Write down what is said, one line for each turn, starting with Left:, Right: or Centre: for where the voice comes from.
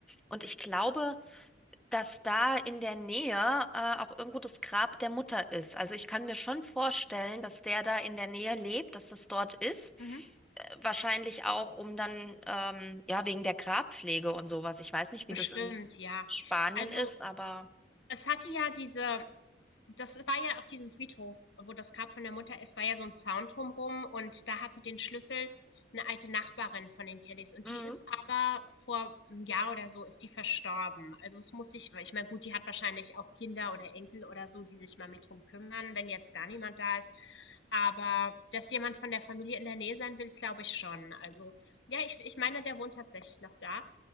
Centre: und ich glaube, dass da in der Nähe äh, auch irgendwo das Grab der Mutter ist. Also ich kann mir schon vorstellen, dass der da in der Nähe lebt, dass das dort ist.
Left: Mhm.
Centre: Äh, Wahrscheinlich auch, um dann, ähm, ja, wegen der Grabpflege und sowas. Ich weiß nicht,
Left: Bestimmt,
Centre: wie das in
Left: ja.
Centre: Spanien
Left: Also,
Centre: ist, aber.
Left: es hatte ja diese das war ja auf diesem Friedhof, wo das Grab von der Mutter ist, war ja so ein Zaun drumrum und da hatte den Schlüssel eine alte Nachbarin von den Kellys und
Centre: Mhm.
Left: die ist aber vor einem Jahr oder so ist die verstorben. Also es muss sich, weil ich meine, gut, die hat wahrscheinlich auch Kinder oder Enkel oder so, die sich mal mit drum kümmern, wenn jetzt gar niemand da ist. Aber dass jemand von der Familie in der Nähe sein will, glaube ich schon. Also ja, ich, ich meine, der wohnt tatsächlich noch da.